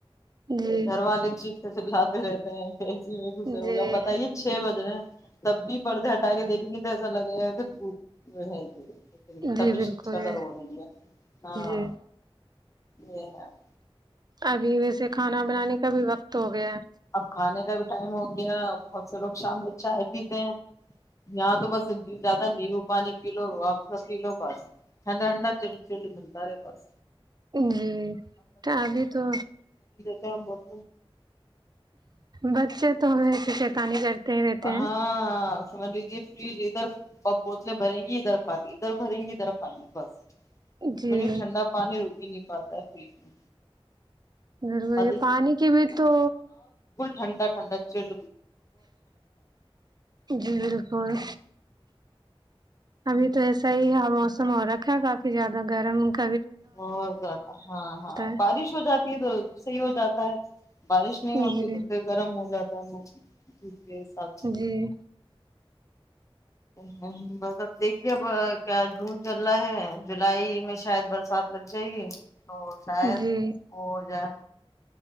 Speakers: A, on the right; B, on the left.
A: جی
B: دھر والالچ ےلاتے رہتے ہیں ای میں گزرے
A: جی
B: ہو گیا پتائیے چھ بجے تب بھی پ پردے ہٹا کے دیکھیں گے تو ایسا لگے گا کہ ہے یہ تبھی
A: جی بالکل
B: شکا
A: ہے
B: در ہو رہی ہے ہاں
A: جی
B: ا <inaudible>
A: ابھی ویسے کھانا بنانے کا بھی وقت ہو گیا ہے
B: اب کھانے کا بھی ٹائم ہو گیا بہت سے لوگ شام میں چائے پیتے ہیں یہاں تو بس زیادہ نیبو پانی پی لو رو آب س پی لو بس ہنڈا ہنڈا چل چل ملتا رہا بس
A: جی تو ابھی تو
B: د بت
A: بچے تو وس چیتاانی کرتے ہی رہتے ہیں
B: ہاں سمجھ لیجے فریج ادھر پپ بوتلیں بھریں گی ادھر خالی ادھر بھریں گی ادھر خالی بس
A: جی
B: میں نے ٹھنڈا پانی روٹی نہیں پتہ ٹھیک ہے
A: ض
B: اور
A: یہ پانی کی بھی تو
B: ٹنڈا ٹھڈا چل
A: جی بالکل ابھی تو ایسا ہی ہ موسم ہو رکھا کافی زیادہ گرم کا
B: بہت زیادہ ہاں ہاں
A: ہے
B: بارش ہو جاتی ہے تو صحیح ہو جاتا ہے بارش نہیں ہوتی
A: جی
B: ہے تو پھر گرم ہو جاتا <unintelligible> ج حساب سے
A: جی
B: ہ بس اب دیکھیے اب کیا جون چل رہا ہے جولائی میں شاید برسات لگ جائے گی تو شاید
A: جی
B: وہ ہو جائے